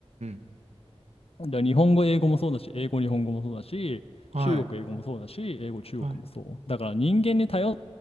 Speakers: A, on the right; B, on the left.
A: ん。
B: だから日本語、英語もそうだし、英語、日本語もそうだし、
A: はい。
B: 中国、英語もそうだし、英語、中国もそう。
A: はい。
B: だから人間に頼